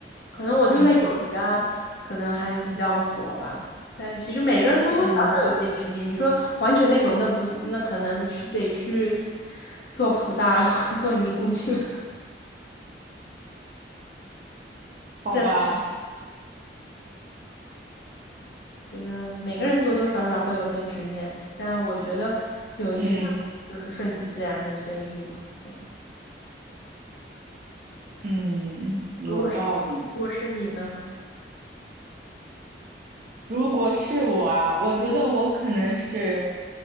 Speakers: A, on the left; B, on the right.
A: 可能我就在友谊啊，
B: 嗯
A: 可能还比较佛吧。但其实每个人多多少少有些执念。
B: 嗯，
A: 你说完全那种，那不那可能去得去做菩萨了，<laughs> 或者做尼姑去了。
B: 好吧，
A: 真的觉得每个人多多少少会有些执念，但我觉得友谊上面就是顺其自然，
B: 嗯
A: 很随意嘛，对吧？
B: 嗯，有道理。
A: 如果是如果是你呢？
B: 如果是我啊，我觉得我可能是